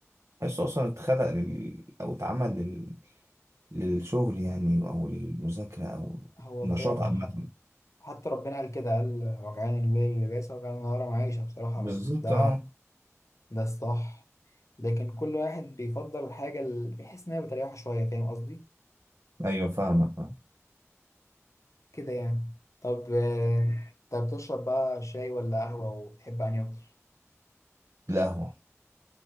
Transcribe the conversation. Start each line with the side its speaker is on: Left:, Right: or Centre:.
Right: حاسه اصلا اتخلق لل... او اتعمل لل... للشغل يعني او للمذاكرة او
Left: هو
Right: نشاط
Left: فعلا
Right: عامة
Left: حتى حتى ربنا قال كده قال وجعان الليل لباسا وجعان النهار معيشة بصراحة
Right: بالظبط
Left: هو ده
Right: اه
Left: ده الصح لكن كل واحد بيفضل الحاجة اللي بيحس إن هي بتريحه شوية فاهم قصدي
Right: ايوه فاهمك فاهم
Left: كده يعني طب آه، طب بتشرب بقى شاي ولا قهوة وبتحب أنهي أكتر؟
Right: القهوة